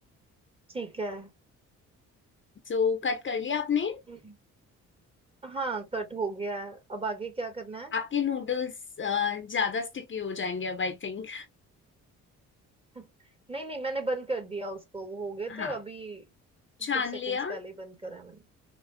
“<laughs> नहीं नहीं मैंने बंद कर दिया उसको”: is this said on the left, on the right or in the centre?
Right